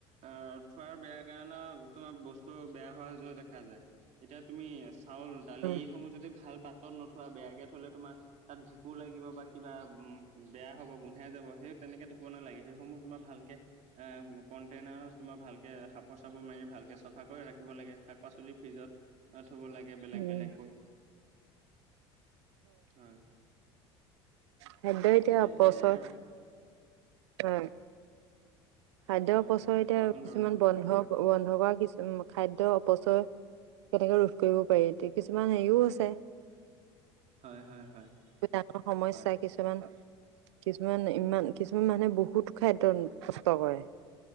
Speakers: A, on the right; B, on the right.
A: আহ' থোৱাৰ বেয়া কাৰণে তোমাৰ বস্তু বেয়া হোৱা য দেখা যায়। এতিয়া তুমি চাউল দালি
B: উম
A: এইসমূহ যদি ভাল পাত্ৰত নথোৱা বেয়াকে থ'লে তোমাৰ তাত ভেকুৰ লাগিব বা কিবা উম বেয়া হব গোন্ধাই যাব, সেই তেনেকেত থব নালাগে। সেইসমূহ তোমাৰ ভালকে এ, কণ্টেইনাৰত তোমাৰ ভালকে সফৰ চফৰ মাৰি ভালকে চাফা কৰি ৰাখিব লাগে শাক পাচলি ফ্ৰিজত। থব লাগে। বেলেগ
B: উম
A: বেলেগকৈ হয়।
B: খাদ্য এতিয়া
A: তাকে
B: অপচয়,
A: সেইয়াই আৰু
B: হয়। খাদ্য
A: হয়
B: অপচয়
A: হয়
B: এতিয়া
A: কোৱাচোন
B: কিছুমান
A: বাৰু
B: বন্ধ, বন্ধ কৰা কিছু খাদ্য অপচয়। কেনেকে ৰোধ কৰিব পাৰি এ কিছুমান হেৰিও আছে।
A: হয় হয় হয়
B: ডাঙৰ সমস্যা
A: হয়
B: কিছু কিছুমান, কিছুমান ইমান কিছুমান মানুহে বহুত খাদ্যয় নষ্ট কৰে।